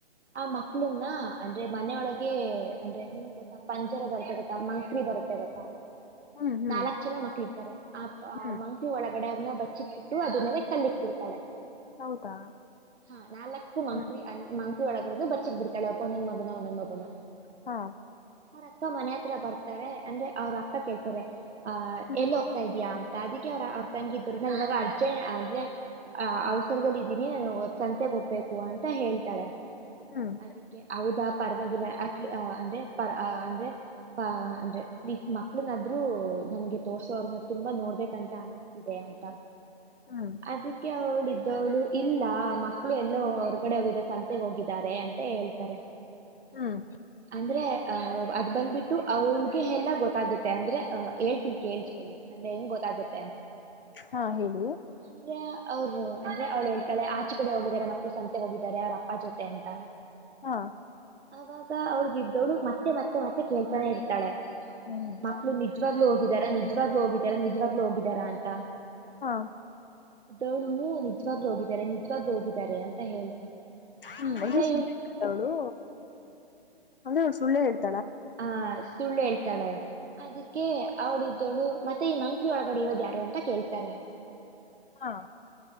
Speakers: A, on the right; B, on the left.
A: ಆ ಮಕ್ಳನ್ನ ಅಂದ್ರೆ ಮನೊಳಗೆ ಅಂದ್ರೆ ನಿಮ್ಗ್ ಗೊತ್ತಾ ಪಂಜರ ಬರುತ್ತೆ ಗೊತ್ತಾ ಮಂಕ್ರರಿ ಬರುತ್ತೆ ಗೊತ್ತಾ.
B: ಹ್ಮ್ ಹ್ಮ್
A: ನಾಲ್ಕ್ ಜನ ಮಕ್ಳ ಇರ್ತಾರೆ ಆ
B: ಹ್ಮ್
A: ಮಂಕ್ಲಿ ಒಳಗ ಹೊಗಡನ್ನ ಬಚ್ಚಿ ಬಿಟ್ಟು ಅದ ಮೇಲೆ ಕಲ್ಲಿಕ್ ಬಿಡ್ತಾಳೆ.
B: ಹೌದಾ
A: ಹಾ ನಾ ಲಕ್ಕು
B: ಹ್ಮ್
A: ಮಂಕ ಒಳಗಡೆದು ಬಚ್ಚಿಕ್ ಬಿಡ್ಾಳ ಒಂದೊಂದ ಮಗನ ಒಂದೊಂದ ಮಗನ.
B: ಹಾ
A: ಅವ್ರ ಅಕ್ಕ ಮನೆ ಹತ್ರ ಬರ್ತಾರೆ ಅಂದ್ರೆ ಅವ್ರ ಅಕ್ಕ ಕೇಳ್ತಾರೆ. ಅಹ
B: ಹ್ಮ್
A: ಎಲ್ಲಿ ಹೋಗ್ತಾ ಇದ್ಯಾಾ ಅಂತ ಅದಕ್ಕೆ ಅವ ತಂಗಿದರು ನಾನು ಇವಾಗ ಅರ್ಜೆಂಟ್ ಅಂದ್ರೆ ಅವಸರದದಲ್ಲಿ ಇದೀನಿ ನಾನು ಸಂತೆಗ ಒೋಗ್ಬೇಕು ಅಂತ ಹೇಳ್ತಾಳೆ
B: ಹ್ಮ್
A: ಅದಕ್ಕೆ ಹೌದಾ ಪರವಾಗಿಲ್ಲ ಅ. ಅೆ ಪ ಅೆ ಅ ಅಂದ್ರೆ ಪ್ೀಸ್ ಮಕ್ಳನಾದ್ೂ ನನ್ಗೆ ತೋರ್ಸೋ ಅವ್ರನ್ನ ತುಂಬಾ ನೋಡ್ಬೇಕಂತ ಅನಿಸ್ತಿದೆ ಅಂತ.
B: ಹ್ಮ್
A: ಅದಕ್ಕೆ ಅವಳ್ದವಳು ಇಲ್ಲ ಮಕ್ಕಳು ಎಲ್ಲೋ ಹೊರ್ಗಡೆ ಹೋಗಿದ್ದಾರೆ ಸಂತೆಗೆ ಹೋಗಿದ್ದಾರೆ ಅಂತ ಹೇಳ್ತಾರೆ.
B: ಹ್ಮ್
A: ಅಂದ್ರೆ ಆ ಅದ್ ಬಂದ್ಬಿಟ್ಟು ಅವ್ರಗೆ ಎಲ್ಲ ಗೊತ್ತಾಗತ್ತೆ ಅಂದ್ರೆ ಹೇಳ್ತಿ ಕೇೇಳಸ್ಕೊಳ್ಳಿ ಅಂದ್ರೆ ಹೆಂಗ್ ಗೊತ್ತಾಗತ್ತೆ
B: ಹಾ ಹೇಳಿ
A: ಅಂದ್ರೆ ಅವ್ರು ಅಂದ್ರೆ ಅವಳ ಹೇಳ್ತಳೆ ಆಚೆ ಕಡೆ ಹೋಗಿದಿದ್ದಾರೆ ಮಕ್ಕಳ ಸಂತೆ ಹೋಗಿದ್ದಾರೆ ಅವ್ರ ಅಪ್ಪ ಜೊತೆ ತಂತ
B: ಹಾ
A: ಅವಾಗ ಅವ್ಳಗಿದ್ದವಳು ಮತ್ತೆ ಮತ್ತೆ ಮತ್ತೆ ಕೇಳ್ತಾನೆ ಇರ್ತಾಳೆ.
B: ಏನಂತ
A: ಮಕ್ಳು ನಿಜವಾಗ್ಲುೂ ಹೋಗಿದಾರಾ ನಿಜ್ವಾಗ್ಲಲು ಹೋಗ ಲ್ಲ ನಿಜವಾಗ್ಲುೂ ಹೋಗಿದ್ದಾರಾ ಅಂತ
B: ಹಾ
A: ಅವ್ನೂ ನಿಜವಾಗ್ಲು ಹೋಗಿದ್ದಾರೆ ನಿಜ್ವಾಗ್ಲು ಹೋಗಿದ್ದಾರೆ ಅಂತ ಹೇಳ್ತಾರೆ.
B: ಹ್ಮ್
A: ಆಮೇಲೆ ಇವ್
B: ಅವಳು ಅಂದ್ರೆ ಅವ್ಳ ಸುಳ್ಳ ಹೇಳ್ತ
A: ಹ ಸುಳ್ಳ ಹೇಳ್ತಾಳೆ ಅದಕ್ಕೆ ಅವಳಿದ್ದೋಳು ಮತ್ತ ಮತ್ತೆ ಈ ಮಂಕೀ ಒಳಗಡೆ ಇರೋದ ಯಾರು ಅಂತ ಕೇಳ್ತಾರೆ.
B: ಹಾ